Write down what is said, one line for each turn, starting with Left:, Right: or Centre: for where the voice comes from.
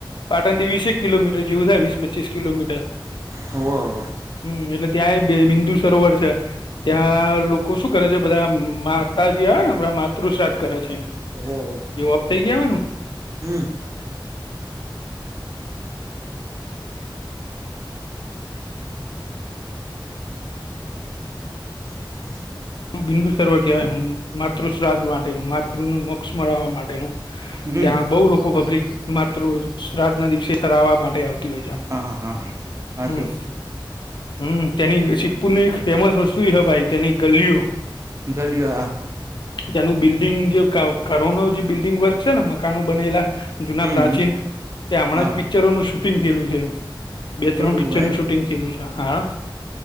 Left: પાટણથી વીસેક કિલોમીટર જેવું થાય વીસ પચીસ કિલોમીટર
Right: હો હો
Left: હમ એટલે ત્યાં એ બિંદુ સરોવર છે ત્યાં લોકો શું કરે છે બધા માતાજી આવે નેણા માતૃ શ્રાદ્ધ કરે છે એમ
Right: હો હો
Left: એવાપ થઇ ગયાય ને
Right: હમ હ
Left: બિંદુ સર્વ કહેવાય માતૃ શ્રા્ધ માટે માતૃ ન મોક્ષ મળવા માટેનું
Right: હમ
Left: ત્યાં બઉુ લોકો પબ્લિક માત્ર શ્રાદ્ધ ના દિવસે સરાવવા માટે આવતી હોય છે
Right: હા હા
Left: હમ
Right: હચું
Left: હમ તેની સપુરની એક ફેમસ વસ્તુ હ ભાઈ તેની ગલ્લીઓ
Right: ગાલી આ
Left: તેનું બિલ્ડિંગ જે ઘરો ન જે બિલ્ડિંગ વર્ક છે ને મકાનો બનેલા જૂના
Right: હમ
Left: પ્રાચીન
Right: હમ
Left: તે હમણાં
Right: હા
Left: જ પિક્ચરોનું શૂટિંગ થયેલું છે એમ બે ત્રણ
Right: એવું
Left: પિક્ચર નું
Right: એમ
Left: શૂટિંગ થયેલું છે હા